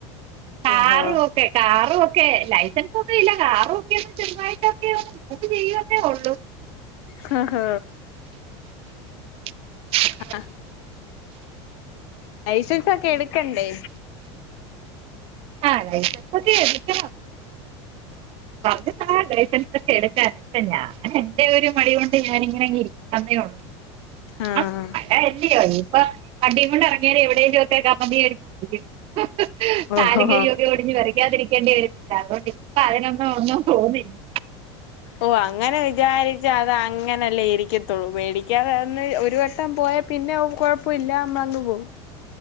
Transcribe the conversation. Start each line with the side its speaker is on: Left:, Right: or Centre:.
Right: കാറും
Left: ഓഹോ
Right: ഒക്കെ കാറും ഒക്കെ ലൈസൻസൊന്നും ഇല്ല കാറ് ഒക്കെ ഒന്ന് ചെറുതായിട്ടൊക്കെ ഒന്ന് മൂവ് ചെയ്യുന്നേ ഒള്ളൂ
Left: ഹ ഹാ
Right: <inaudible>
Left: ആഹ് ലൈസൻസൊക്കെ എടുക്കണ്ടേ
Right: ആഹ് ലൈസൻസൊക്കെ എടുക്കണം അത് <unintelligible> ആഹ് ലൈസൻസൊക്കെ എടുക്കാനിപ്പോ ഞാനെന്റെ ഒരു മടി കൊണ്ട് ഞാനിങ്ങനങ്ങ് ഇരിക്കുന്നേള്ളൂ പോണം
Left: ആഹ്
Right: മഴയല്ലെയോ ഇപ്പം വണ്ടിങൊണ്ട് എറങ്ങിയാലെ <unintelligible>
Left: ഓഹോ
Right: കാലും കൈയൊക്കെ ഒടിഞ്ഞ് പെരക്ക കതിരിക്കേണ്ടേ രും അതുകൊണ്ട് ഇപ്പൊ അതിനൊന്നും ഒന്നും പോവുന്നില്ല
Left: ഓഹ് അങ്ങനെ വിചാരിച്ച അത് അങ്ങനല്ലേ ഇരിക്കത്തൊള്ളൂ പേടി ക്കാതൊന്ന് ഒരു വട്ടം പോയാ പിന്നെ കൊഴപ്പല്ല മറന്ന് പോവും